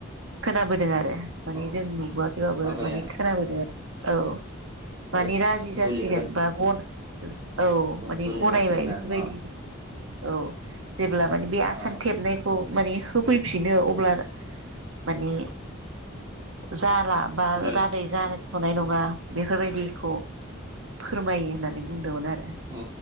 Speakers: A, on the right; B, on the right.
A: खोनाबोदों आरो माने
B: औ
A: जों नुबोआ खै बाबो
B: हाबाया
A: मानि दे औ
B: हाबा
A: मानि राजि जासिगोन
B: जुलिया जा
A: बा गन औ माने
B: जुलिया
A: गनायबाय
B: जासिगोन
A: बेफोरबायदि
B: आरो न'
A: औ जेब्ला माने बे आसान
B: अ
A: थेबनायखौ माने होफैफिनो अब्ला माने जाला बा
B: अब्लानो
A: राद जाहोथनाय नङा बेफोरबायदिखौ फोरमायो होननानै बुंदोंमोन आरो।
B: औ